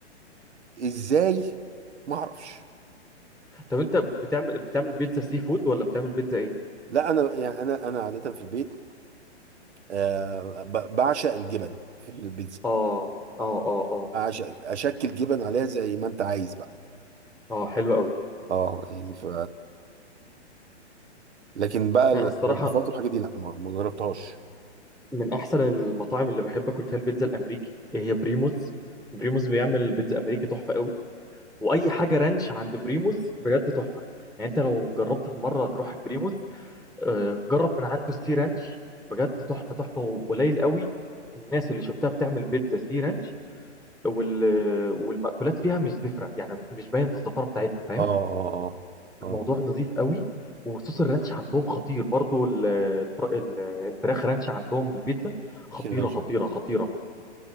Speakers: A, on the right (about 70°); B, in the centre.
A: ازاي ما اعرفش
B: طب انت بتعمل بتعمل بيتزا سي فود ولا بتعمل بيتزا ايه
A: لا انا يعني انا انا عاده في البيت آه ب- بعشق الجبن في البيتزا
B: اه اه اه اه
A: بعشق اشكل جبن عليها زي ما انت عايز بقى
B: اه حلو قوي
A: اه يعني ف لكن بقى الاضافات
B: انا الصراحه
A: والحاجات دي لا ما ما جربتهاش
B: من احسن المطاعم اللي بحب اكل فيها البيتزا الامريكي هي بريموز بريموز بيعمل بيتزا امريكي تحفه قوي واي حاجه رانش عند بريموز بجد تحفه يعني انت لو جربت في مره تروح بريموز آه، جرب من عنده السي رانش بجد تحفه تحفه وقليل قوي الناس اللي شفتها بتعمل بيتزا سي رانش وال... والمأكولات فيها مش زفره يعني مش باين الزفاره بتاعتها فاهم
A: اه اه
B: الموضوع
A: اه اه
B: نظيف قوي وصوص الرانش عندهم خطير برضو ال- الفر... ال- الفراخ رانش عندهم البيتزا خطيره
A: تشيكن رانش
B: خطيره خطيره